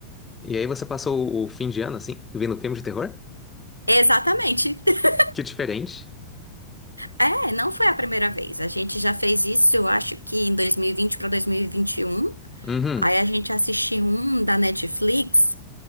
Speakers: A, on the left; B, on the right.
A: E aí você passou o o fim de ano, assim, vendo um filme de terror?
B: Exatamente. <laughs>
A: Que diferente.
B: É, não foi a primeira vez. A gente já fez isso, eu acho que em 2020 para 2021.
A: Uhum,
B: Aí a gente assistiu um da Netflix.